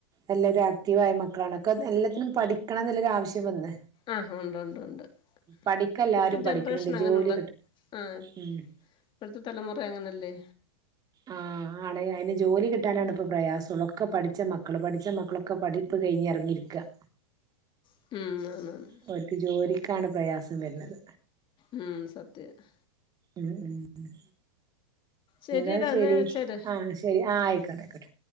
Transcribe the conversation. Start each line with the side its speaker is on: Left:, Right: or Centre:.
Right: എല്ലാരും ആക്റ്റീവായ മക്കളാണ്. ഒക്കെ എല്ലാത്തിനും പഠിക്കണം എന്നുള്ളൊരു ആവശ്യം വന്ന്.
Left: ആഹ് ഉണ്ട് ഉണ്ട് ഉണ്ട്
Right: പഠിക്ക
Left: ഇപ്പോഴത്തെ
Right: എല്ലാരും
Left: ജനറേഷൻ
Right: പഠിക്കണണ്ട്.
Left: അങ്ങനെയുള്ള
Right: ജോലി കിട്ട
Left: ആഹ്
Right: ഉം <inaudible>
Left: ഇപ്പോഴത്തെ തലമുറ അങ്ങനെയല്ലേ,?
Right: ആ, ആണ് അതിന് ജോലി കിട്ടാനാണ് ഇപ്പൊ പ്രയാസം. ഒ ക്കെ പഠിച്ച മക്കൾ.. പഠിച്ച മക്കളൊക്കെ പഠിപ്പ് കഴിഞ്ഞ് ഇറങ്ങിയിരിക്ക
Left: ഉം.
Right: അവർക്ക് ജോലിക്കാണ് പ്രയാസം വരുന്നത്.
Left: ഉം. സത്യമാണ്.
Right: ഉം ഉം <inaudible>
Left: ശരിയടാ
Right: എന്ന ശരി
Left: എന്നാ വെച്ചേര്
Right: ആ, ശരി ആ, ആയിക്കോട്ടെ ആയിക്കോട്ടെ.